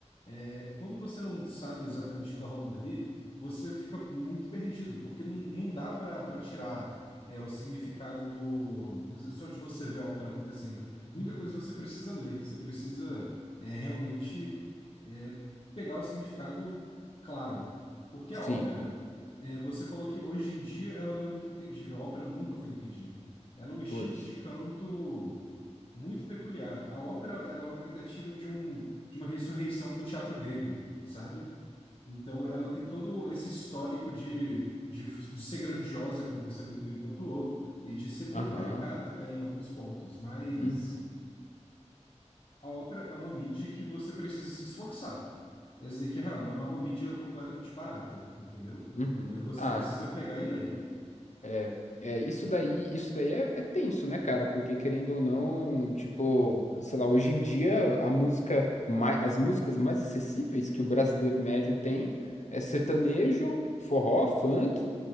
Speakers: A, on the left; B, on the left.
A: é, quando você não sabe exatamente o que está rolando ali, você fica muito perdido, porque não, não dá para tirar é, o significado do só de você ver a ópera acontecendo. Muita
B: Uhum.
A: coisa você precisa ler, você precisa é, realmente é, pegar o significado claro. Porque
B: Sim,
A: a ópera, é, você falou que hoje em dia ela não é muito entendível, a ópera nunca foi entendível. Ela é um estilo
B: putz.
A: de canto muito peculiar. A ópera é uma tentativa de um de uma ressurreição do teatro grego, sabe? Então, ela tem todo esse histórico de, de, de ser grandiosa, como você muito bem pontuou, e de ser meio
B: Aham.
A: caricata até em alguns pontos, mas
B: Uhum.
A: a ópera é uma mídia que você precisa se esforçar. Essa dizer que é real, ela não é uma mídia completamente barata, entendeu?
B: Uhum.
A: É, você
B: Ah,
A: precisa
B: c-
A: pegar e ler.
B: é, é, isso daí, isso daí é, é tenso, né, cara? Porque querendo ou não, tipo, sei lá, hoje em dia a música mais, as músicas mais acessíveis que o brasileiro médio tem é sertanejo, forró, funk.